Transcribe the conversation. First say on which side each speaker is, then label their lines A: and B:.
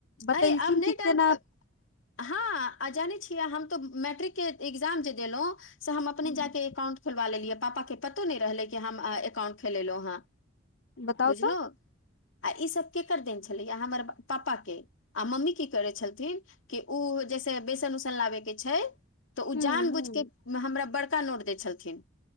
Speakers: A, on the left (about 65°); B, on the left (about 85°).
A: बतेलखिन
B: अय आब नहि
A: की
B: डर
A: केना
B: हँ जानै छियै। हम तऽ मैट्रिकके एग्जाम जे देलहुँ। से हम अपने
A: हूँ,
B: जाके एकाउंट खोलवा लेलियै। पापा के पतो नहि रहलै कि हम एकाउंट खोलेलहुँ हेँ।
A: बताउ
B: बुझलहु
A: तऽ
B: आ ईसभ केकर देने छलैये हमर पापा के। आ मम्मी की करै छलथिन कि ओ जैसे बेसन उसन लाबैके छैय। तऽ ओ
A: ह
B: जान
A: ह
B: बुझ के हमरा बड़का नोट दै छलथिन,